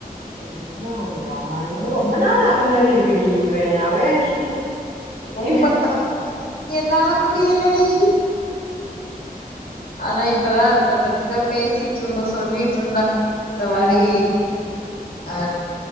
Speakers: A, on the right; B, on the left.
A: ரெண்டு தா ஆகுதா என்னமோ ரொம்ப நாள் ஆன மாரி இருக்குடி இவ அவ சீக்
B: ரொம்பத்தா
A: இல்ல
B: என்னால முடியல டீ அதா இப்பதா அது அத பத்திதா பேசிட்டுருந்தோ சொல்லிட்ருந்தா இந்த மாரி
A: ம்
B: அ